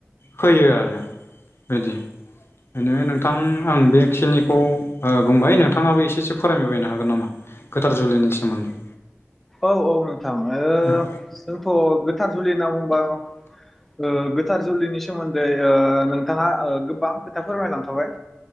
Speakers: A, on the left (about 50°); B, in the centre.
A: होयो आरो बिदि। बिनो नोंथां आं बेखिनिखौ ओ बुंबाय नोंथांङाबो एसे-से फोरमायबायनो हागोन नामा गोथार जुलिनि सोमोन्दै?
B: अलोथां ओ
A: औ
B: जोंथ' गोथार जुलि होनना बुंबा ओ गोथार जुलिनि सोमोन्दै ओ नोंथांङा ओ गोबां खोथा फोरमायलांखाबाय।